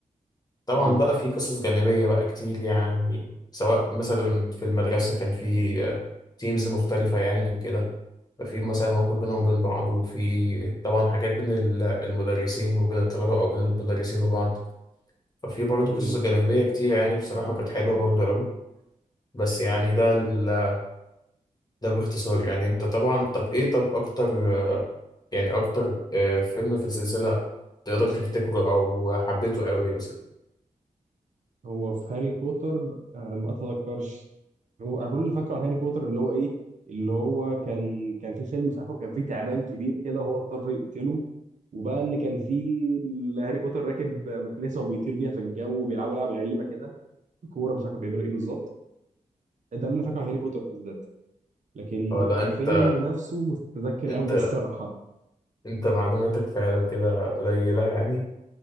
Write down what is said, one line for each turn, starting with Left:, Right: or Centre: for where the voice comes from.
Left: طبعا
Right: مم.
Left: بقى في قصص جانبية بقى كتير يعني سواء مثلا في المدرسة كان في تيمز مختلفة يعني وكده ففي مثلا مواقف بينهم وبين بعض وفي طبعا حاجات بين ال- المدرسين وبين الطلبة أو بين المدرسين وبعض ففي برضه
Right: مم.
Left: قصص جانبية كتير يعني بصراحة كانت حلوة برضه أوي بس يعني ده ال- ده باختصار يعني أنت طبعا طب إيه طب أكتر آه، يعني أكتر آه، فيلم في السلسلة تقدر تفتكره أو حبيته أوي مثلا
Right: هو في هاري بوتر آه، ما اتذكرش هو انا كل اللي فاكره عن هاري بوتر اللي هو ايه اللي هو كان كان في فيلم في اخره كان في تعبان كبير كده وهو اضطر يقتله وبقى ان كان في ال- هاري بوتر راكب مكنسه وبيطير بيها في الجو وبيلعبوا لعب غريبه كده بكوره مش عارف كانوا بيعملوا ايه بالظبط ده اللي انا فاكره عن هاري بوتر بالذات لكن
Left: ولا
Right: كفيلم
Left: أنت
Right: نفسه مش متذكر
Left: انت
Right: قوي <laughs> الصراحه
Left: انت معلوماتك فعلا كده قليلة يعني